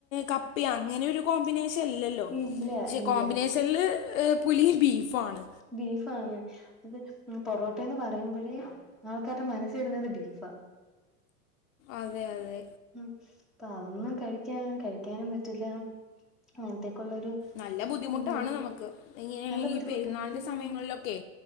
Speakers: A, on the left (about 60°); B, in the centre.
A: കപ്പ് അങ്ങനെ ഒരു കോമ്പിനേഷൻ ഇല്ലല്ലോ
B: ഇല്ല
A: പക്ഷെ
B: ഇല്ല
A: കോമ്പിനേഷ ഷല് പുലിം ബീഫാണ്
B: ബീഫാണ് അത് പൊറോട്ട എന്ന് പറയുമ്പോഴേ ആൾക്കാരുടെ മനസ്സി വരുന്നത് ബീഫാ
A: അതെ അതെ
B: ഉം അപ്പൊ അതൊന്നും കഴിക്കാ കഴിക്കാനും പറ്റില്ല അങ്ങനത്തേക്കുള്ളൊരു
A: നല്ല ബുദ്ധിമുട്ടാണ്
B: ഇതുണ്ട്
A: നമുക്ക് ഇങ്ങനെ
B: നല്ല ബുദ്ധിമുട്ടാ
A: ഈ പെരുന്നാളിന്റെ
B: ഉം
A: സമയങ്ങളിലൊക്കെ
B: ഉം